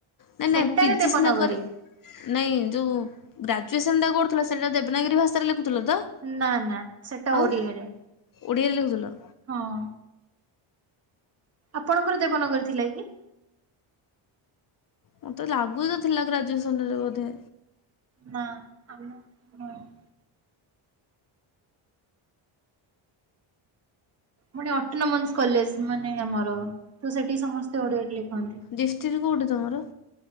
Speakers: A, on the left; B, on the right.
A: ନାଇଁ ନାଇଁ
B: ସେଟାରେ
A: ପିଜି
B: ଦେବନଗରୀ।
A: ସିନା କରି ନାଇଁ ଯୋଉ ଗ୍ରାଜୁଏସନ୍ ଟା କରୁଥିଲ ସେଟା ଦେବନାଗରୀ ଭାଷାରେ ଲେଖୁଥିଲ ତ?
B: ନା ନା, ସେଟା
A: ଆଉ
B: ଓଡ଼ିଆରେ।
A: ଓଡ଼ିଆରେ ଲେଖୁଥିଲ।
B: ହଁ। ଆପଣଙ୍କର ଦେବନଗରୀ ଥିଲା କି?
A: ମୋତେ ଲାଗୁତ ଥିଲା ଗ୍ରାଜୁଏସନ ରେ ବୋଧେ।
B: ନାଁ ଆମ <inaudible> ପୁଣି ଅଟୋନୋମସ୍ କଲେଜ ମାନେ ଆମର ତ ସେଠି ସମସ୍ତେ ଓଡ଼ିଆରେ ଲେଖନ୍ତି।
A: ଡିଷ୍ଟ୍ରି କୋଉଠି ତମର?